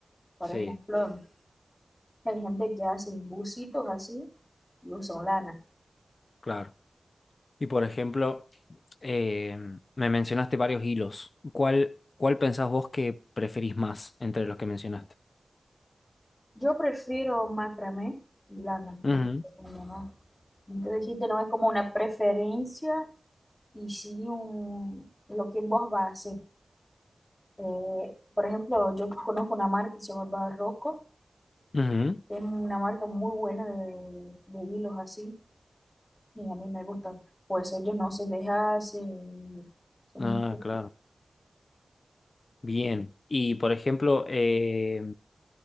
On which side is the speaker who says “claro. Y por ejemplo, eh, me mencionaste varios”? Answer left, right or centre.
Left